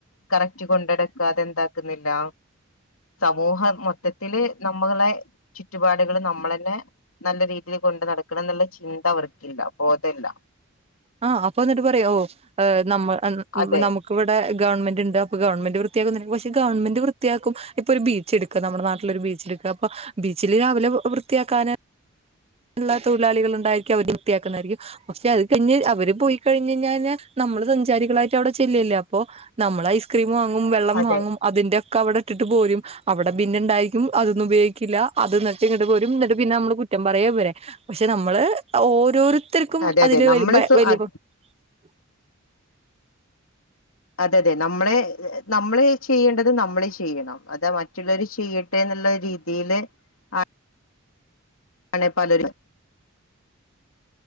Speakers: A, on the left (about 85°); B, on the right (about 30°).
A: കറക്റ്റ് കൊണ്ടടക്കാതെന്താ ന്നില്ല സമൂഹം മൊത്തത്തില് നമ്മളെ ചു പാടുകള് നമ്മളന്നെ നല്ല രീതീല് കൊണ്ട് നടക്കണന്നുള്ള ചിന്ത അവർക്കില്ല ബോധല്ല
B: ആഹ് അപ്പൊ എന്നിട്ട് പറയും ഓ ഏഹ് നമ്മ ഉം
A: അതെ അതെ
B: നമുക്കവടെ ഗവൺമെന്റ് ണ്ട് അപ്പോ ഗവൺമെന്റ് വൃത്തിയാക്കുന്നെന്ന് കുറിച്ച് ഗവൺമെന്റ് വൃത്തിയാക്കും ഇപ്പൊ ഒരു ബീച്ച് എടുക് ക്കാ നമ്മടെ നാട്ടില് ഒരു ബീച്ചെടുക്കാ അപ്പോ ബീച്ചില് രാവിലെ വൃ വൃത്തിയാക്കാ ന്ള്ള തൊഴിലാളികൾ ഉണ്ടായിരിക്കും അവര് വൃത്തിയാക്കുന്നാരിക്കും പക്ഷെ അത് കഴിഞ്ഞ് അവര് പോയി കഴിഞ്ഞഞാ നമ്മള് സഞ്ചാരികളായിട്ട് അവിടെ ചെല്ലുല്ലേ അപ്പോ നമ്മള് ഐസ്ക്രീം വാങ്ങും വെള്ളം
A: അതെ
B: വാങ്ങും അതിന്റെ ക്കാ അവടെ ഇട്ടിട്ട് പോരും അവടെ ബിന്ന്ണ്ടാരിക്കും അതൊന്നും ഉപയോഗിക്കില്ല അത് നെരത്തിങ്ങട്ട് പോരും ന്നട്ട് പിന്നെ നമ്മള് കുറ്റം പറയും വരെ പക്ഷെ നമ്മള് ഓരോരു ത്തര്ക്കും
A: അതെ
B: അതില്
A: അതെ നമ്മള്
B: <unintelligible>
A: അതെ അതെ നമ്മളെ നമ്മള് ചെയ്യേണ്ടത് നമ്മള് ചെ ചെയ്യണം അതാ മറ്റ് റ്റുള്ളവര് ചെയ്യട്ടെ എന്നുള്ള രീതിയില് ആഹ് ആണെ പലരും